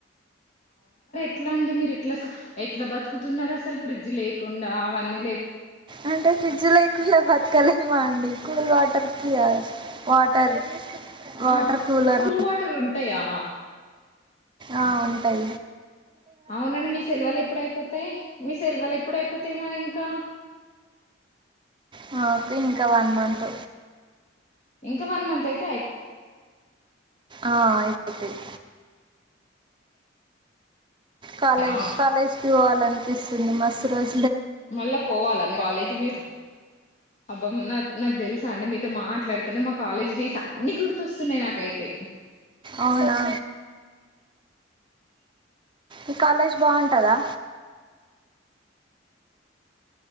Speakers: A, on the left (about 40°); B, on the right (about 25°).
A: ఎట్లండి మీరెట్లస ఎట్ల బతుకుతున్నరఅసలు ఫ్రిడ్ లేకుండా అవన్ని
B: అంటె ఫ్రిడ్జ్ లేకుండా బతకలేమా అండి కూల్ వాటర్కిగ వాటర్ వాటర్
A: ఆ
B: కూలర్
A: కూల్ వాటరుంటయా
B: ఆ ఉంటై
A: అవునండి మీ సెలవలెప్పుడయిపోతయ్ మీ సెల్వలెప్పుడయిపోతయి మరి ఇం క
B: మాకు ఇంక వన్ మంత్
A: ఇంక వన్ మంతయితే అయి
B: ఆ అయిపోతయ్ కాలేజ్
A: అయిపోయా
B: కాలేజ్కి పోవాలనిపిస్తుంది మస్త్ రోజు
A: మళ్ళ పోవాలా మీ కాలేజీ మీరు అబ్బమ్ నా నాగ్ దెల్సు అండి మితో మాట్లాడుతనే మా కాలేజ్ డేస్ అన్ని గుర్తొస్తున్నాయ్ నాకైతే
B: అవునా ఇఈ కాలేజ్ బావుంటదా